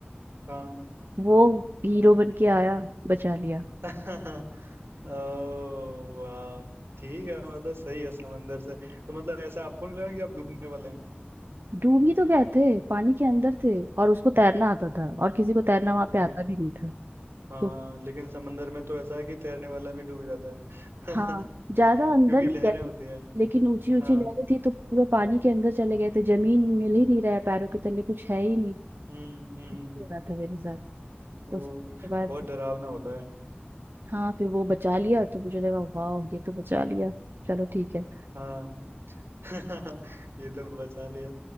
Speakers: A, on the right; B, on the right.
A: हाँ
B: वो हीरो बन के आया बचा लिया
A: <laughs> ओ वाह ठीक है मतलब सही है समंदर से तो मतलब ऐसा आपको नहीं लगा कि आप डूबने वाले हैं
B: डूब ही तो गए थे पानी के अंदर थे और उसको तैरना आता था और किसी को तैरना वहां
A: ओ
B: पे आता भी नहीं था
A: हाँ
B: तो
A: लेकिन समंदर में तो ऐसा है कि तैरने वाला भी डूब जाता है
B: हाँ
A: <laughs>
B: ज्यादा अंदर
A: क्योंकि
B: नहीं
A: लहरें
B: गए
A: होती
B: थे
A: है
B: लेकिन ऊंची ऊंची
A: हाँ
B: लहरें थी तो पूरा पानी के अंदर चले गए थे जमीन मिल ही नहीं रहा है पैरों के तले कुछ है ही नहीं
A: हम्म हम्म
B: ऐसे हो रहा था मेरे साथ तो
A: वो
B: फिर उसके बाद
A: बहुत डरावना होता है
B: हाँ फिर वो बचा लिया तो मुझे लगा वाह ये तो बचा लिया चलो ठीक है
A: हाँ <laughs> ये तो बचा लिया